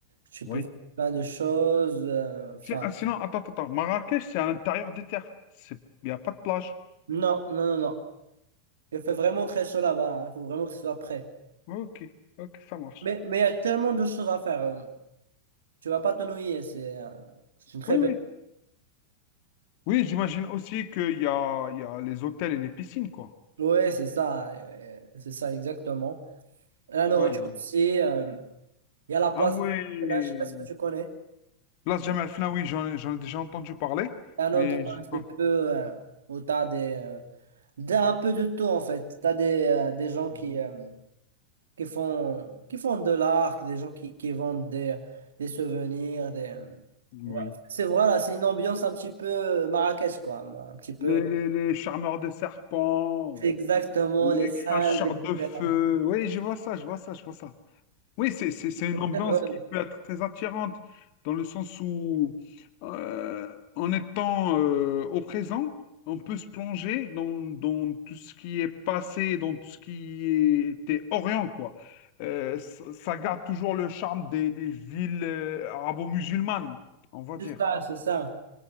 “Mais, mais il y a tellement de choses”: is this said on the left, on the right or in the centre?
Right